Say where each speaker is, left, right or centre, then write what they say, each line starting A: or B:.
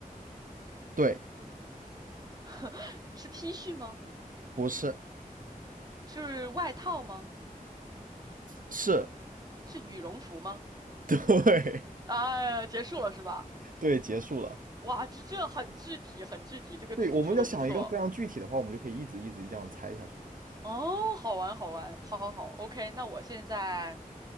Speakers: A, on the right; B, on the right.
A: 对，
B: <gasps> 是 T 恤吗？
A: 不是，
B: 是外套吗？
A: 是
B: 是羽绒服吗？
A: 对
B: 啊，结束了是吧？
A: <laughs> 对，结束了。
B: 哇，这这很具体，很具体，这个题出的不错。
A: 对，我们要想一个非常具体的话，我们就可以一直一直这样猜下去嘛。
B: 哦，好玩，好玩，好好好，OK。那我现在，